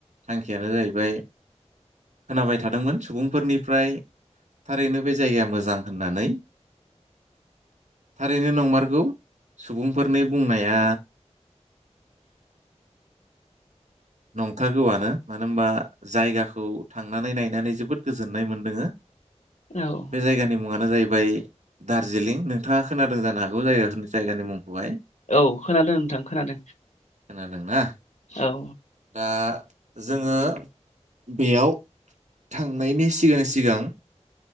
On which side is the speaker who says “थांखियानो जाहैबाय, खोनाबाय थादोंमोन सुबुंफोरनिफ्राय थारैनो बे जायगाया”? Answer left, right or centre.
Right